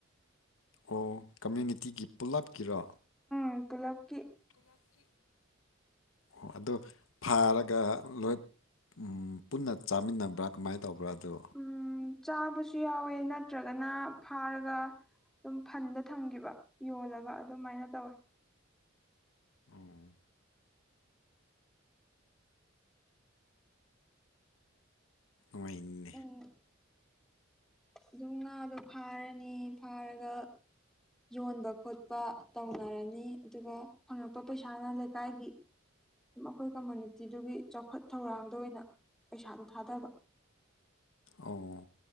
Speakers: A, on the left (about 80°); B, in the centre.
A: ꯑꯣ ꯀꯝꯃ꯭ꯌꯨꯅꯤꯇꯤꯒꯤ ꯄꯨꯜꯂꯞꯀꯤꯔꯣ
B: ꯎꯝ ꯄꯨꯜꯂꯞꯀꯤ
A: ꯂꯞꯀꯤ ꯑꯣ ꯑꯗꯨ ꯐꯥꯔꯒ ꯂꯣꯏ ꯎꯝ ꯄꯨꯟꯅ ꯆꯥꯃꯤꯟꯅꯕ꯭ꯔꯥ ꯀꯃꯥꯏ ꯇꯧꯕ꯭ꯔꯥ ꯑꯗꯨ
B: ꯎꯝ ꯆꯥꯕꯁꯨ ꯌꯥꯎꯋꯦ ꯅꯠꯇ꯭ꯔꯒꯅ ꯐꯥꯔꯒ ꯑꯗꯨꯝ ꯐꯟꯗ ꯊꯝꯒꯤꯕ ꯌꯣꯜꯂꯒ ꯑꯗꯨꯃꯥꯏꯅ ꯇꯧꯋꯦ
A: ꯑꯣ ꯅꯨꯡꯉꯥꯏꯟ
B: ꯎꯝ ꯑꯗꯨꯝ ꯉꯥꯗꯣ ꯐꯥꯔꯅꯤ ꯐꯥꯔꯒ ꯌꯣꯟꯕ ꯈꯣꯠ ꯄ ꯇꯧꯅꯔꯅꯤ ꯑꯗꯨꯒ ꯐꯪꯉꯛꯄ ꯄꯩꯁꯥꯅ ꯂꯩꯀꯥꯏꯒꯤ ꯗꯨꯝ ꯑꯩꯈꯣꯏ ꯀꯝꯃꯨꯅꯤꯇꯤꯗꯨꯒꯤ ꯆꯥꯎꯈꯠ ꯊꯧꯔꯥꯡꯗ ꯑꯣꯏꯅ ꯄꯩꯁꯥꯗꯨ ꯊꯥꯗꯕ
A: ꯑꯣ